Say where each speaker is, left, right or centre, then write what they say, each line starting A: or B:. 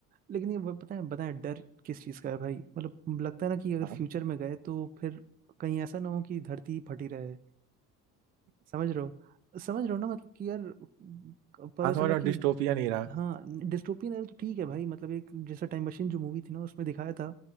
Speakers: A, on the right; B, on the right.
A: लेकिन ये वो पता है बताए डर किस चीज का है भाई मतलब लगता है ना कि अगर
B: हाँ
A: फ्यूचर में गए तो फिर कहीं ऐसा ना हो कि धरती ही फटी रहे समझ रहे हो समझ रहे हो ना मतलब कि यार पता
B: हाँ
A: चला
B: समझ रहा हूँ,
A: कि
B: डिस्टोपिया नहीं रहा
A: हाँ डिस्टोपियन है तो ठीक है भाई मतलब एक जैसा टाइम मशीन जो मूवी थी ना उसमें दिखाया था